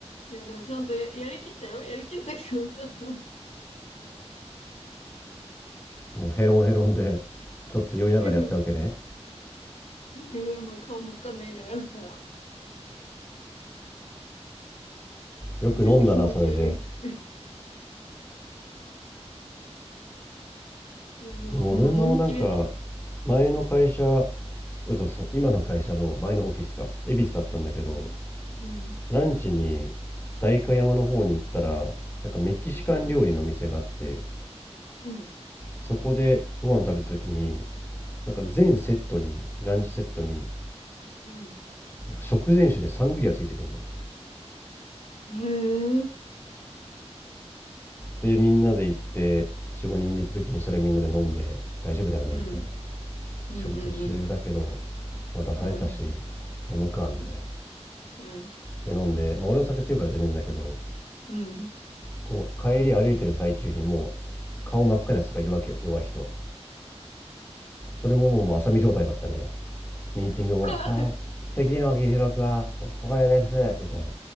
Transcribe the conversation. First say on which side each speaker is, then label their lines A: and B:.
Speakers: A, on the left (about 75°); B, on the left (about 20°).
A: いや、でもちゃんとや、やりきったよ。やりきったけどさ、いや
B: もうヘロンヘロンで、
A: ー、
B: ちょっと酔いながらやったわけね。
A: <laughs> いやまあ顔真っ赤になりながら
B: よく飲んだな、
A: えちょっと気持ち悪いっつって。
B: それで。
A: <laughs> もう、
B: でも俺もなんか、
A: もう飲みきれない。
B: 前の会社、
A: うん。
B: 嘘そう、今の会社の前のオフィスか、恵比寿だったんだけど、
A: うん。うん。
B: ランチに代官山の方に行ったら、なんかメキシカン料理の店があって、
A: うん。うん。
B: そこでご飯食べた時に、なんか全セットにランチセットに
A: うん。うん。
B: 食前酒でサングリアついてくるんだよ
A: へえ。
B: でみんなで行って45人で行った時にそれみんなで飲んで大丈夫だよねみたいな
A: うん。うん。
B: 仕事中だけど、
A: うん。
B: まあ、出されたし
A: うん。うん。
B: 飲むかみたい
A: うん。うん。
B: なで飲んで、まあ、俺お酒強いから全然だけど
A: うん。
B: こう帰り歩いてる最中にもう顔真っ赤なやつとかいるわけよ弱い人はそれももう浅見状態だったねミーティングも「あー次の議事録はこれです」みたい
A: <laughs>